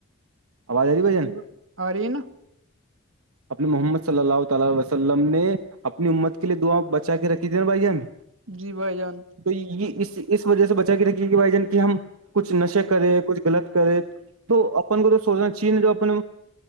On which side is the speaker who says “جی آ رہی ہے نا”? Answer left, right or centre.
Right